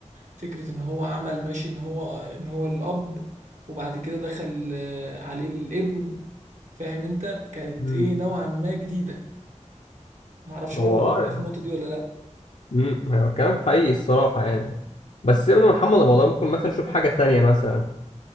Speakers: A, on the right; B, on the left.
A: فكرة ان هو عمل ماشي ان هو ان هو الاب وبعد كده دخل آه، عليه الابن فاهم انت كانت
B: مم.
A: ايه نوعا ما جديدة معرفش برضو
B: هو
A: انت معايا
B: اه يعني.
A: في النقطة دي ولا لا
B: مم. هو كلام حقيقي الصراحة يعني بس سيبنا من محمد رمضان ممكن مثلا نشوف حاجة ثانية مثلا